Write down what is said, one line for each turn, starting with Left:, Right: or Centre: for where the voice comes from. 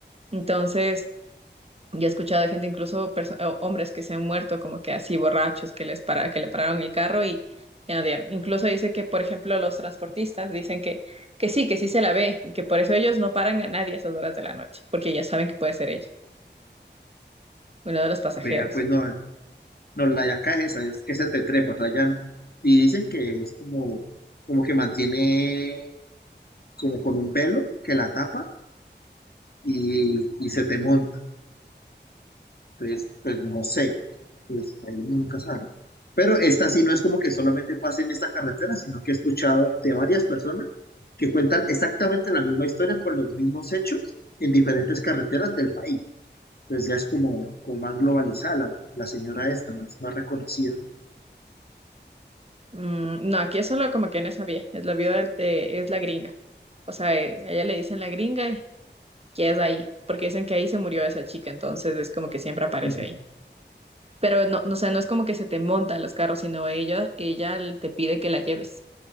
Right: Entonces... Yo he escuchado de gente, incluso perso- o- hombres que se han muerto como que así borrachos, que les para, que le pararon el carro y ya no dieron. Incluso dice que, por ejemplo, los transportistas dicen que, que sí, que sí se la ve y que por eso ellos no paran a nadie a esas horas de la noche, porque ya saben que puede ser ella, uno de los pasajeros.
Left: vea, pues no, No, la yaca es esa, es que se te trepa, o sea, ya, no. y dicen que es como, como que mantiene como con un velo que la tapa y, y se te monta. Entonces, pues no sé, pues ahí nunca sabe. Pero esta sí no es como que solamente pase en esta carretera, sino que he escuchado de varias personas que cuentan exactamente la misma historia con los mismos hechos en diferentes carreteras del país. Entonces ya es como, como más globalizada la, la señora esta, más, más reconocida.
Right: Mm, no, aquí es solo como que no sabía, es la viuda de- es la gringa. O sea, eh, a ella le dicen la gringa que es ahí, porque dicen que ahí se murió esa chica, entonces es como que siempre aparece
Left: Ujú,
Right: ahí. Pero no, no, o sea, no es como que se te montan los carros, sino ella, ella te pide que la lleves.